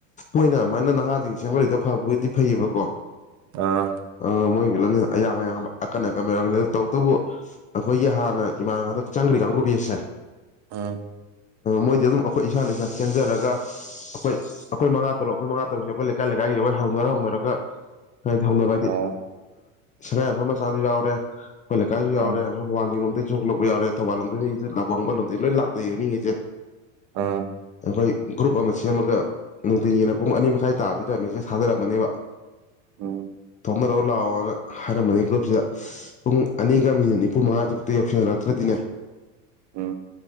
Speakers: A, on the left (about 20°); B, on the right (about 45°).
A: ꯃꯣꯏꯅ ꯑꯗꯨꯥꯏꯅ ꯅꯍꯥꯁꯤꯡ ꯁꯦꯝꯒꯠꯂꯛꯇ ꯐꯕꯕꯨꯗꯤ ꯐꯩꯌꯦꯕꯀꯣ
B: ꯑ
A: ꯑ ꯃꯣꯏꯒꯤ ꯂꯝꯖ ꯑꯌꯥꯡ ꯑꯌꯥꯡꯕ ꯑꯀꯟ ꯑꯀꯟꯕ ꯌꯥꯎꯒꯤ ꯇꯧꯕꯇꯕꯨ ꯑꯩꯈꯣꯏꯒꯤ ꯍꯥꯟꯅ ꯏꯃꯥ ꯍꯥꯛꯗꯛ ꯆꯪꯈ꯭ꯔꯤ ꯀꯥꯡꯕꯨ ꯄ ꯑꯁꯦ
B: ꯑꯥ
A: ꯃꯣꯏꯗꯤ ꯑꯗꯨꯝ ꯑꯩꯈꯣꯏ ꯏꯁꯥꯅ ꯏꯁ ꯏꯁꯥ ꯆꯦꯟꯖꯔꯒ ꯑꯩꯈꯣꯏ ꯑꯩꯈꯣꯏ ꯃꯉꯥ ꯇꯔꯨꯛ ꯑꯩꯈꯣꯏ ꯃꯉꯥ ꯇꯔꯨꯛꯁꯤꯦ ꯑꯩꯈꯣꯏ ꯂꯩꯀꯥꯏ ꯂꯩꯀꯥꯏꯁ ꯑꯩꯈꯣꯏ ꯍꯧꯅꯔ ꯍꯧꯅꯔꯒ ꯍꯥꯏꯗꯤ ꯊ ꯍꯧꯅꯕ ꯍꯥꯏꯗꯤ
B: ꯑꯣ
A: ꯁꯉꯥꯏ ꯃꯨꯝꯐꯝ ꯃꯆꯥꯗꯨ ꯌꯥꯎꯔꯦ ꯑꯩꯈꯣꯏ ꯂꯩꯀꯥꯏꯁꯨ
B: ꯎꯝ
A: ꯌꯥꯎꯔꯦ ꯁꯣꯝ ꯋꯥꯜꯒꯤ ꯂꯣꯝꯗꯁꯨ ꯁꯣꯛꯂ ꯌꯥꯎꯔ ꯊꯧꯕꯥꯜ ꯂꯝꯗꯩ ꯂꯥꯛꯋꯥꯡꯕ ꯂꯣꯝꯩ ꯂꯣꯏ ꯂꯥꯛꯇꯗ ꯌ ꯍꯥꯏꯅꯤꯡꯉꯤꯁꯦ
B: ꯑꯥ
A: ꯑꯩꯈꯣꯏ ꯒ꯭ꯔꯨꯞ ꯑꯃ ꯁꯦꯝꯃꯒ ꯅꯨꯡꯊꯤꯟꯒꯤꯅ ꯄꯨꯡ ꯑꯅꯤ ꯃꯈꯥꯏ ꯇꯥꯕꯁꯤꯗ ꯃꯦꯁꯦꯁ ꯊꯥꯗꯔꯛꯃꯅꯦꯕ
B: ꯎꯝ
A: ꯔꯣ ꯂꯥꯛꯑꯣꯅ ꯍꯥꯏꯔꯝꯕꯅꯤ ꯀ꯭ꯂꯁꯤꯗ ꯄꯨꯡ ꯑꯅꯤꯒ
B: ꯎꯝ ꯎꯝ
A: ꯃꯤꯅꯤꯅꯤ ꯃꯐꯨ ꯃꯉꯥ ꯆꯨꯛꯇ ꯌꯧꯁꯤꯟꯅꯔꯛꯇ꯭ꯔꯗꯤꯅ
B: ꯑꯣ